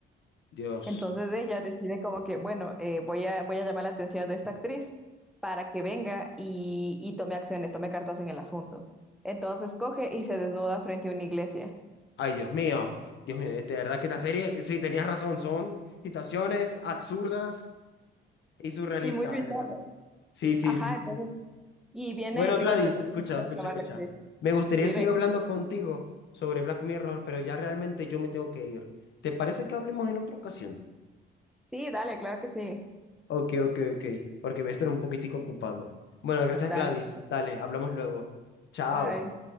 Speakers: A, on the left; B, in the centre.
A: Dios,
B: Entonces ella decide como que, bueno, eh, voy a, voy a llamar la atención de esta actriz para que venga y, y tome acciones, tome cartas en el asunto. Entonces coge y se desnuda frente a una iglesia.
A: ay Dios mío, Dios mío, de verdad que esta serie, sí, tenías razón, son situaciones absurdas y surrealistas,
B: Y muy bizarro.
A: de verdad. Sí, sí,
B: Ajá,
A: sí,
B: entonces
A: sí.
B: Y viene,
A: Bueno,
B: y
A: Gladys,
B: bueno, tengo
A: escucha,
B: que
A: escucha,
B: llamar
A: escucha.
B: a la actriz.
A: Me gustaría
B: Dime.
A: seguir hablando contigo sobre Black Mirror, pero ya realmente yo me tengo que ir. ¿Te parece que hablemos en otra ocasión?
B: Sí, dale, claro que sí.
A: Ok, ok, ok, porque voy a estar un poquitico ocupado. Bueno, gracias,
B: Dale.
A: Gladys. Dale, hablamos luego. Chao.
B: Bye.